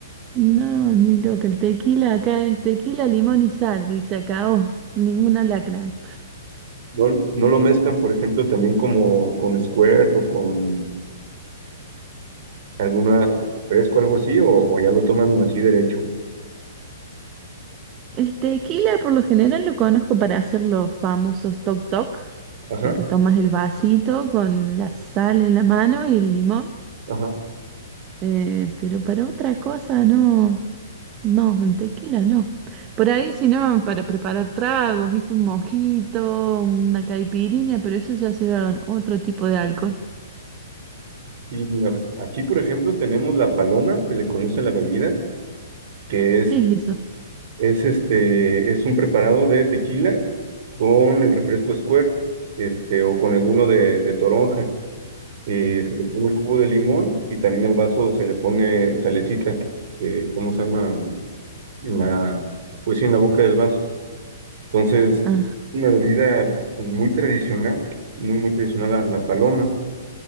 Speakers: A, on the right (about 30°); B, on the right (about 55°).
A: No, ni loca. El tequila acá es tequila, limón y sal, y se acabó. Ningún alacrán.
B: No, no lo mezclan, por ejemplo, también como con Squirt o con alguna algo fresco, algo así, o, o ya lo toman así derecho.
A: El tequila por lo general lo conozco para hacer los famosos toc toc,
B: Ajá,
A: que te tomas el vasito con la sal en la mano y el limón,
B: ajá.
A: eh, pero para otra cosa no, no, el tequila no. Por ahí si no, para preparar tragos, viste, un mojito, una caipirinha, pero eso ya se va con otro tipo de alcohol.
B: Y mira, aquí, por ejemplo, tenemos la paloma, se le conoce la bebida, que es,
A: ¿Qué es eso?
B: es este, es un preparado de tequila con el refresco Squirt, este, o con alguno de, de toronja. Eh, se le pone jugo de limón y también al vaso se le pone salecita, eh, ¿cómo se llama? La, pues sí, en la boca del vaso. Entonces,
A: Ah,
B: una bebida pues, muy tradicional, muy, muy tradicional la, la paloma.